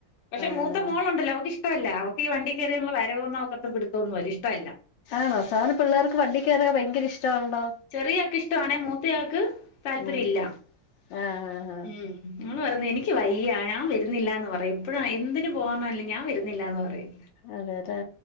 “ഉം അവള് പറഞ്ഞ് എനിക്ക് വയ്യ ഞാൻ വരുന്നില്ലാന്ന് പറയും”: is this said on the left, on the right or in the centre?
Left